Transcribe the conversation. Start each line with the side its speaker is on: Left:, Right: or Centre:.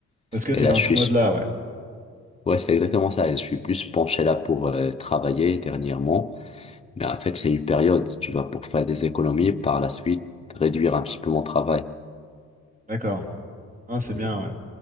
Right: Parce que tu
Left: Et là,
Right: es dans
Left: je
Right: ce
Left: suis...
Right: mode-là, ouais.
Left: Ouais, c'est exactement ça. Et je suis plus penché là pour euh, travailler dernièrement. Mais en fait, c'est une période, tu vois, pour faire des économies, par la suite, réduire un petit peu mon travail.
Right: D'accord. Hein, c'est bien,
Left: Mhm.
Right: ouais.